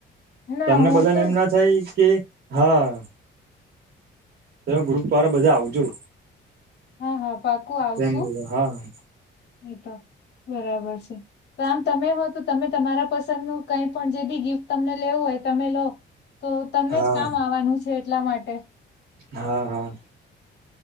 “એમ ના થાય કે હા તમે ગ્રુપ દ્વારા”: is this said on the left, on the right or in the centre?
Right